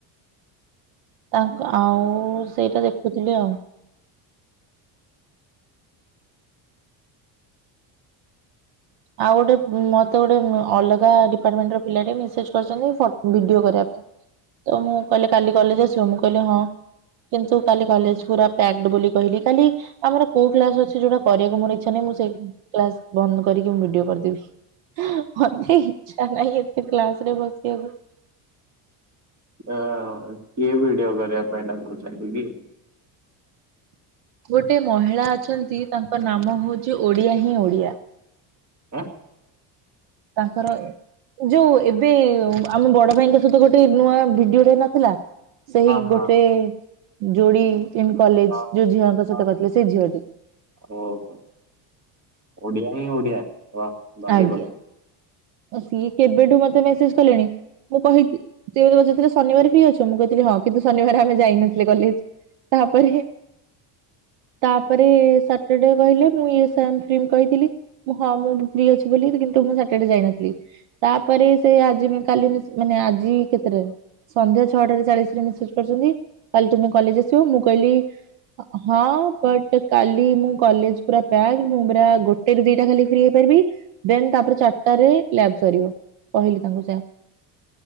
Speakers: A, on the right; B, on the right.
A: ତାଙ୍କ ଆଉ ସେଇଟା ଦେଖୁଥିଲି ଆଉ। ଆଉ ଗୋଟେ ମତେ ଗୋଟେ ଉଁ ଅଲଗା ଡିପାର୍ଟମେଣ୍ଟ ର ପିଲାଟେ ମେସେଜ କରଚନ୍ତି ଫଟ୍ ଭିଡିଓ କରିବା ପାଇଁ। ତ ମୁଁ କହିଲେ କାଲି କଲେଜ ଆସିବ ମୁଁ କହିଲି ହଁ। କିନ୍ତୁ କାଲି କଲେଜ ପୁରା ପ୍ୟାକ୍ଡ ବୋଲି କହିଲି। କାଲି ଆମର କୋଉ କ୍ଲାସ ଅଛି ଯୋଉଟା କରିବାକୁ ମୋ ଇଚ୍ଛା ନାହିଁ। ମୁଁ ସେଇ କ୍ଲାସ ବନ୍ଦ କ କରିକି ମୁଁ ଭିଡିଓ କରିଦେବି। ମତେ ଇଚ୍ଛା ନାହିଁ ଏତେ କ୍ଲାସ ରେ ବସିବାକୁ।
B: ଏ ଅ କିଏ ଭିଡିଓ କରିବା ପାଇଁ ଏଟା ଡ଼ାକୁଚନ୍ତି କି?
A: ଗୋଟେ ମହିଳା ଅଛନ୍ତି ତାଙ୍କ ନାମ ହଉଚି ଓଡିଆ ହିଁ ଓଡିଆ।
B: କଣ?
A: ତାଙ୍କର ଯୋଉ ଏବେ ଆମ ବଡ ଭାଇଙ୍କ ସହିତ ଗୋଟେ ନୂଆ ଭିଡିଓଟେ ହେଇ ନଥିଲା ସେଇ
B: ହଁ
A: ଗୋଟେ ଯୋଡି ଇନ୍ କଲେଜ
B: ହଁ
A: ଯୋଉ ଝିଅଙ୍କ
B: ହଁ।
A: ସହିତ କରିଥିଲେ ସେଇ ଝିଅଟି।
B: ଓହୋ। ଓଡିଆ ହିଁ ଓଡ଼ିଆ ହ ଭାରି
A: ଆଜ୍ଞା
B: ବଢିଆ।
A: ସିଏ କେବେଠୁ ମତେ ମେସେଜ କଲେଣି। ମୁଁ କହିଥିଲି, ସେ ମତେ ପଚାରୁଥିଲେ ଶନିବାର ଫ୍ରି ଅଛ ମୁଁ କହିଥିଲି ହଁ। କିନ୍ତୁ ଶନିବାର ଆମେ ଯାଇନଥିଲେ କଲେଜ। ତାପରେ ତାପରେ ସଟର୍ଡେ କହିଲେ ମୁଁ ୟେସ <unintelligible> କହିଥିଲି। ହଁ ମୁଁ ବି ଫ୍ରି ଅଛି ବୋଲି କିନ୍ତୁ ମୁଁ ସଟର୍ଡେ ଯାଇନଥିଲି। ତାପରେ ସେ ଆଜି ମିସ୍ କାଲି ମିସ୍ ମାନେ ଆଜି କେତେଟାରେ? ସନ୍ଧ୍ୟା ଛଅଟାରେ ଚାଳିଶ ରେ ମେସେଜ କରିଛନ୍ତି କାଲି ତୁମେ କଲେଜ ଆସିବ ମୁଁ କହିଲି ହଁ ବଟ କାଲି ମୁଁ କଲେଜ ପୁରା ପ୍ୟା ମୁଁ ପୁରା ଗୋ ଗୋଟେ ରୁ ଦିଟା ଖାଲି ଫ୍ରି ହେଇପାରିବି। ଦେନ୍ ତାପରେ ଚାରିଟାରେ ଲ୍ୟାବ ସରିବ। କହିଲି ତାଙ୍କୁ ସେଇଆ।